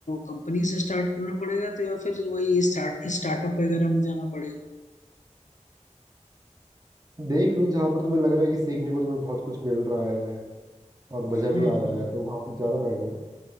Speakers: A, on the left; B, on the right.
A: कंपनी से स्टार्ट करना पड़ेगा तो या फिर वही स्टार्ट स्टार्टअप वगैरह में जाना पड़ेगा
B: देख लो जहाँ पर तुम्हें लग रहा है कि सीखने को तुम्हें बहुत कुछ मिल रहा है और
A: हाँ
B: मज़ा भी आ रहा
A: हाँ
B: है तो वहाँ पर ज़्यादा बेटर है